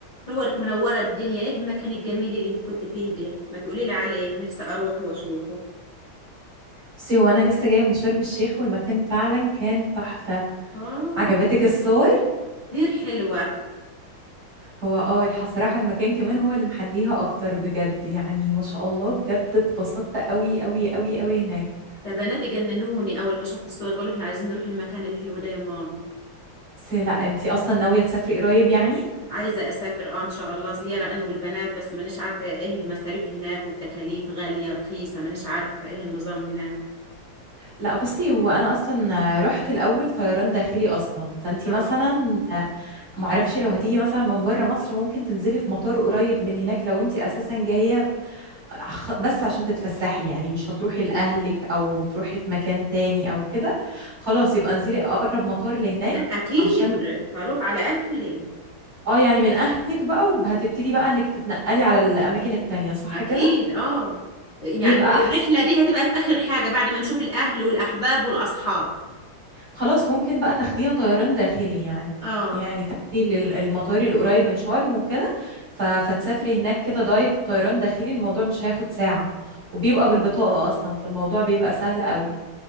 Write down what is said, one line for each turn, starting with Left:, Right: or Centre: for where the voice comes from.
Left: صورك منورة الدنيا ايه المكان الجميل اللي انت كنت فيه ده ما تقولي لي عليه نفسي اروح واشوفه
Right: بصي هو انا لسه جايه من شرم الشيخ والمكان فعلا كان تحفه
Left: اه
Right: عجبتك الصور
Left: كتير حلوة
Right: هو اه الح- صراحه المكان كمان هو اللي محليها اكتر بجد يعني ما شاء الله بجد اتبسطت قوي قوي قوي قوي هناك
Left: ده بناتي جننوني اول ما شافوا الصور قالوا احنا عايزين نروح المكان الحلو ده يا ماما
Right: بس لا انتي اصلا ناويه تسافري قريب يعني
Left: عايزة اسافر اه ان شاء الله زيارة انا والبنات بس مانيش عارفة ايه المصاريف هناك والتكاليف غالية رخيصة مانيش عارفة ايه النظام هناك
Right: لا بصي هو انا اصلا رحت الاول طيران داخلي اصلا فانتي
Left: اه
Right: مثلا آه، معرفش لو هتيجي مثلا من بره مصر ممكن تنزلي في مطار قريب من هناك لو انتي اساسا جايه خ- بس عشان تتفسحي يعني مش هتروحي لأهلك أو تروحي في مكان تاني أو كده خلاص يبقى انزلي أقرب مطار لهناك
Left: لا اكيد
Right: عشان
Left: هروح على اهلي
Right: اه يعني من أهلك بقى وهتبتدي بقى إنك تتنقلي على الأماكن التانية صح
Left: اكيد
Right: كده
Left: اه يعني
Right: يبقى أحسن
Left: الرحلة دي هتبقى في اخر حاجة بعد ما نشوف الاهل والاحباب والاصحاب
Right: خلاص ممكن بقى تاخديها طيران داخلي يعني
Left: اه
Right: يعني تاخدي لل- المطار اللي قريب من شرم وكده ف... فتسافري هناك كده دايركت طيران داخلي الموضوع مش هياخد ساعة وبيبقى بالبطاقة أصلا فالموضوع بيبقى سهل قوي